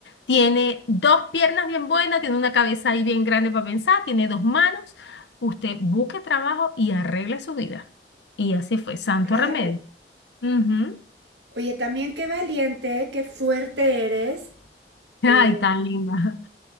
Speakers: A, on the left (about 80°); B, on the right (about 80°).
A: tiene dos piernas bien buenas, tiene una cabeza ahí bien grande para pensar, tiene dos manos. Usted busque trabajo y arregle su vida. Y así fue, santo
B: Claro.
A: remedio. Ujú.
B: Oye, también qué valiente, qué fuerte eres.
A: Ay,
B: Eh,
A: tan linda. <laughs>